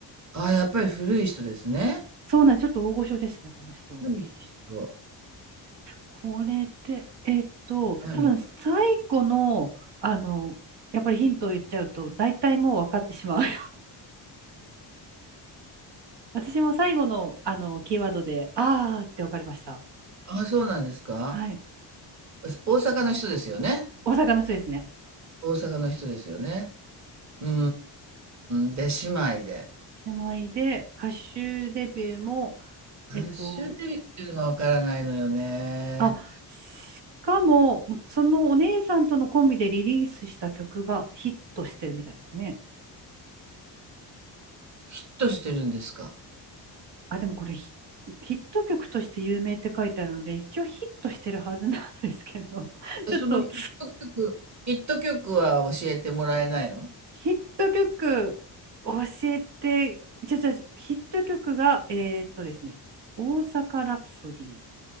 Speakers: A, on the right; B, on the right.
A: ああ、やっぱり古い人ですね。
B: そうなんです。ちょっと大御所ですね、この人。
A: 古い人。
B: これって、えっと、
A: 南あ、
B: 多分最後の、
A: み
B: あの、やっぱりヒントを言っちゃうと、大体もう分かってしまう。<laughs> 私も最後の、あの、キーワードで、あーって分かりました。
A: あ、そうなんですか
B: はい。
A: 大阪の人ですよね。
B: 大阪の人ですね。
A: 大阪の人ですよね。うーん、出姉妹で。
B: 姉妹で、歌手デビューも、
A: ハッシュデビっていうのがわからないのよね。
B: えっと、あ、しかも、そのお姉さんとのコンビでリリースした曲がヒットしてるみたいですね。
A: ヒットしてるんですか。
B: あ、でもこれヒ、ヒット曲として有名って書いてあるので、一応ヒットしてるはずなんですけど、<laughs>
A: でそのヒット曲、
B: ちょっと
A: ヒット曲は教えてもらえないの
B: ヒット曲教えて、ちょ、ちょ、ヒット曲が、えーっとですね、大阪ラプソディっ